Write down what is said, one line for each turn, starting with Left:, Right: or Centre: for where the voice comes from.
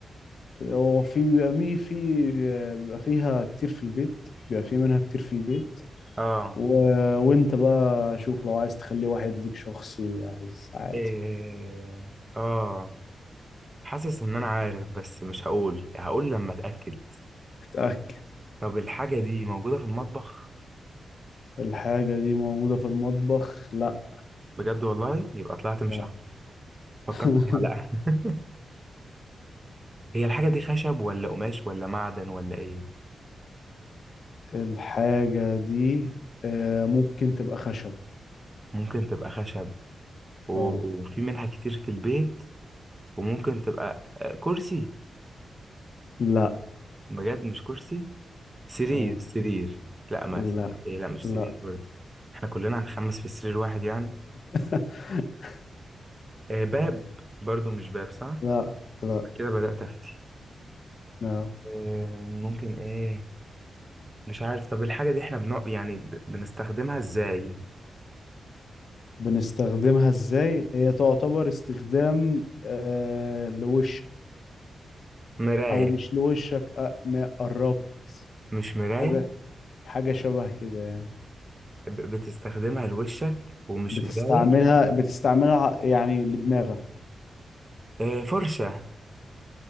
Left: هو في بيبقى مي في بيبقى فيها كتير في البيت بيبقى في منها كتير في البيت
Right: آه
Left: و... وانت بقى شوف لو عايز تخليه واحد ليك شخصي عايز عادي
Right: إيه... آه حاسس إن أنا عارف بس مش هقول هقول لما أتأكد
Left: اتأكد
Right: طب الحاجة دي موجودة في المطبخ؟
Left: الحاجة دي موجودة في المطبخ لا
Right: بجد والله يبقى طلعت مش
Left: لا
Right: عارف فكرت
Left: <laughs>
Right: في معلقة <laughs> هي الحاجة دي خشب ولا قماش ولا معدن ولا إيه؟
Left: الحاجة دي آه، ممكن تبقى خشب
Right: ممكن تبقى خشب و...
Left: اه
Right: وفي منها كتير في البيت وممكن تبقى آه، كرسي
Left: لا
Right: بجد مش كرسي سرير
Left: اه
Right: سرير لا ما
Left: لا
Right: إيه، لا مش
Left: لا
Right: سرير برضه احنا كلنا هنخمس في سرير واحد يعني
Left: <laughs>
Right: آه، باب برضه مش باب صح
Left: لا لا
Right: كده بدأت أفتي
Left: لا
Right: آه، ممكن ايه مش عارف طب الحاجة دي احنا بنق... يعني ب- بنستخدمها ازاي
Left: بنستخدمها ازاي هي تعتبر استخدام آه لوشك
Right: مراية
Left: او مش لوشك أ- ما قربت
Right: مش مراية
Left: حاجه حاجه شبه كده يعني
Right: ب- بتستخدمها لوشك ومش
Left: بتستعملها
Right: مراية
Left: بتستعملها يعني لدماغك
Right: آه، فرشة